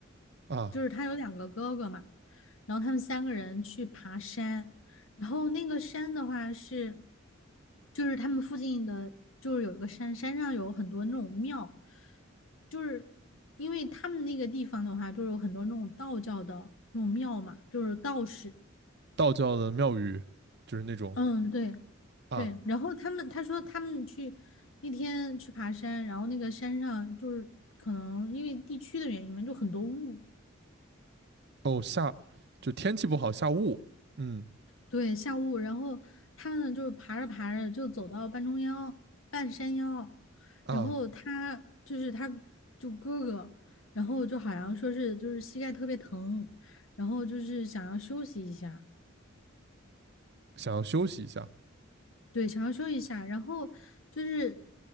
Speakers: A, on the right (about 55°); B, on the left (about 80°).
A: 啊，
B: 就是他有两个哥哥嘛，然后他们三个人去爬山，然后那个山的话是，就是他们附近的，就是有一个山，山上有很多那种庙，就是因为他们那个地方的话，就是有很多那种道教的那种庙嘛，就是道士，
A: 道教的庙宇就是那种
B: 嗯，对
A: 啊，
B: 对，然后他们他说他们去那天去爬山，然后那个山上就是可能因为地区的原因嘛，就很多雾。
A: 哦下就天气不好下雾，嗯
B: 对，下雾，然后他呢，就是爬着爬着就走到半中腰、半山腰，
A: 啊，
B: 然后他就是他就哥哥，然后就好像说是就是膝盖特别疼，然后就是想要休息一下，
A: 想要休息一下，
B: 对，想要休息一下，然后就是